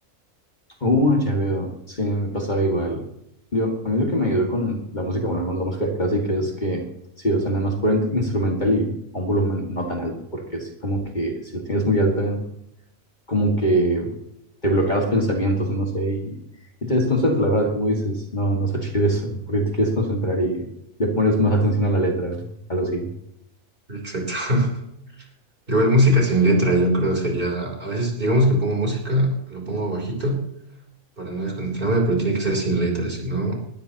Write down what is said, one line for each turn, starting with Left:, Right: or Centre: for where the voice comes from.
Left: Uh, ya veo. Sí, me pasaba igual. Yo, a mí lo que me ayudó con la música, bueno, al menos la música clásica es que sí, o sea, nada más por in- instrumental y a un volumen no tan alto, porque sí, como que si lo tienes muy alta, como que te bloqueas pensamientos, no sé, y, y te desconcentra, la verdad, como dices, no, no está chido eso, <laughs> porque te quieres concentrar y le pones más atención a la letra, o algo así.
Right: Exacto. <laughs> Igual música sin letra, yo creo sería, a veces digamos que pongo música, lo pongo bajito para no desconcentrarme, pero tiene que ser sin letra, si no